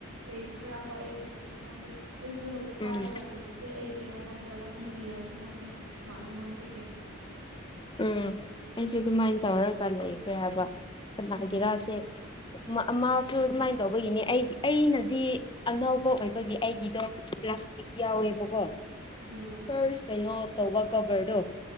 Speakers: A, on the right; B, on the left.
A: ꯀꯩ ꯀꯔꯝꯕ ꯑꯩꯒꯤꯅꯣꯁꯨ ꯈꯪꯗꯩ ꯑꯩꯁꯨ ꯍꯧꯖꯤꯛ
B: ꯎꯝ
A: ꯄꯥꯏꯔꯒ ꯂꯩꯕꯁꯦ ꯁꯦ ꯑꯩꯒꯤꯔ ꯅꯠꯇ꯭ꯔꯒ ꯃꯤꯒꯤꯔꯁꯨ ꯈꯪꯗꯦ ꯃꯥꯅ ꯃꯟꯕꯒꯤ
B: ꯎꯝ ꯑꯩꯁꯦ ꯑꯗꯨꯃꯥꯏꯅ ꯇꯧꯔꯒꯥꯟ ꯂꯩꯈꯔꯦ ꯍꯥꯏꯕ ꯀꯅꯥꯒꯤꯔꯥꯁꯦ
A: ꯎꯝ
B: ꯃꯥꯁꯨ ꯑꯗꯨꯃꯥꯏꯅ ꯇꯧꯕꯒꯤꯅꯦ ꯑꯩꯒꯤ ꯑꯩꯅꯗꯤ ꯑꯅꯧꯕ ꯑꯣꯏꯕꯒꯤ ꯑꯩꯒꯤꯗꯣ ꯄ꯭ꯂꯥꯁꯇꯤꯛ ꯌꯥꯎꯋꯦꯕꯀꯣ
A: ꯎꯝ
B: ꯐꯥ꯭ꯔꯁ ꯀꯩꯅꯣ ꯇꯧꯕ ꯀꯣꯕꯔꯗꯣ